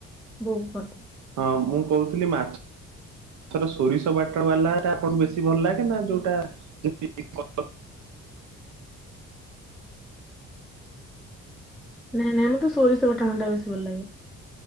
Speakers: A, in the centre; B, on the right.
A: ବୋଉ କରେ।
B: ହଁ ମୁଁ କହୁଥିଲି ମାଛ ଥ ମର ସୋରିଷ ବାଟ ବାଲା ଟା ଆପଣ ବେଶୀ ଭଲ ଲାଗେ ନା ଯୋଉଟା <unintelligible>
A: ନାଇଁ ନାଇଁ ମତେ ସୋରିଷ ବାଟଣା ଟା ବେଶୀ ଭଲ ଲାଗେ।